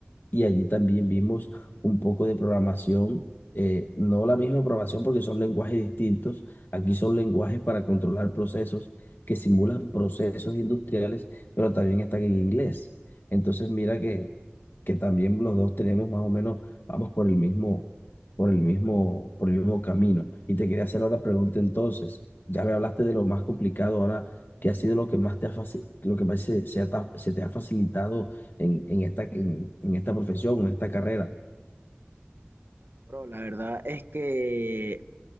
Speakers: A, on the left; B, on the right.
A: y allí también vimos un poco de programación, eh, no la misma programación porque son lenguajes distintos, aquí son lenguajes para controlar procesos que simulan procesos industriales, pero también están en inglés. Entonces mira que, que también los dos tenemos más o menos, vamos por el mismo, por el mismo, por el mismo camino. Y te quería hacer otra pregunta entonces, ya me hablaste de lo más complicado ahora. ¿Qué ha sido lo que más te ha, faci- lo que más se, se ha ta- se te ha facilitado? en, en esta, en, en esta profesión, en esta carrera.
B: Bueno, bro, la verdad es que